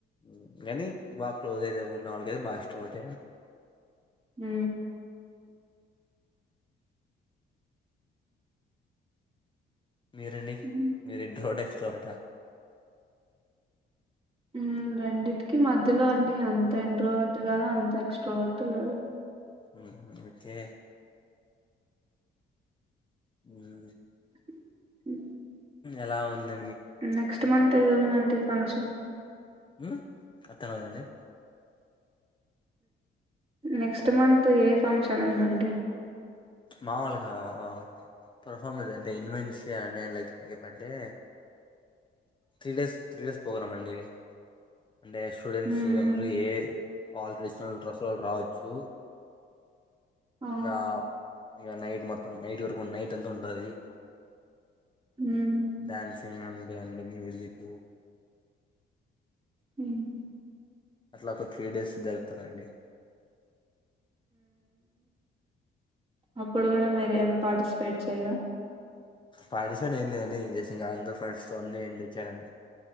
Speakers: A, on the left; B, on the right.
A: హ్ కానీ బాక్లోజ్ అయితే నాలుగైతే బాగాస్టోడ్
B: మ్
A: మీరండి
B: ఉమ్
A: మీర్ ఇంట్రోవర్టే క సో అట
B: మ్ రెండింటికి మధ్యలో అండి అంత ఇంట్రోవర్ట్ కాదు అంత ఎక్స్ట్రో వర్ట్ కాదు.
A: హ్ మ్ ఓకే ఉమ్
B: <unintelligible>
A: ఎలా ఉంది
B: నెక్స్ట్ మంత్ ఉందండి ఫంక్షన్
A: ఉమ్ అర్ధ <unintelligible> దండి
B: నెక్స్ట్ మంత్ ఏ ఫంక్షన్ ఉందండి
A: మాముూలుగా పర్ఫార్మెన్స్ అంటే ఇన్వెన్షియ అనే లైక్ టైప్ అంటే three days three days programme అండి అంటే స్టూడెంట్స్
B: ఉమ్
A: అందురూ ఏ కాల్ రీజినల్ డ్రెస్ తో వాళ్ళు రావచ్చు
B: ఆ
A: ఇంకా ఇంకా నైట్ మొత్తం నైట్ వరకు నైట్ అంత ఉంటది
B: ఉమ్
A: డ్యాన్సింగ్ అం గ్యాంబ్లిన్ మ్యూజిక్
B: హ్మ్
A: అట్లా ఒక త్రీ డేస్ జరుపుతారండి
B: అప్పుడు కూడా మే ఏం పార్టిసిపేట్ చేయరా
A: పాడిసని <unintelligible> ఏం లేదండి ఇం <unintelligible> ఇంకా అందరు ఫ్రెండ్స్ తో అన్ని ఎంజాయ్ చెయడమే